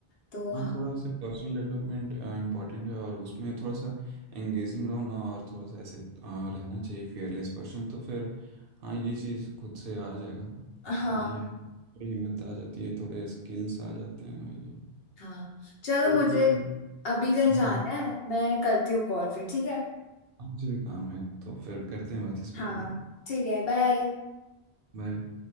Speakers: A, on the left (about 70°); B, on the right (about 65°).
A: तो हाँ
B: हाँ थोड़ा सा पर्सनल डेवलपमेंट इम्पोर्टेंट है और उसमें थोड़ा सा एंगेजिंग रहो ना और थोड़ा सा ऐसे अ, रहना चाहिए फेयरलेस पर्सन तो फिर हाँ ये चीज़ खुद से आ जाएगा
A: हाँ
B: वही है थोड़ी हिम्मत आ जाती है थोड़े स्किल्स आ जाते हैं वही है
A: हाँ चलो
B: तो
A: मुझे
B: फिर
A: अभी कहीं जाना
B: हाँ
A: है मैं करती हूँ कॉल फिर ठीक है
B: हाँ, मुझे भी काम है तो फिर करते हैं बात इस पे
A: हाँ
B: कभी
A: ठीक है बाय
B: बाय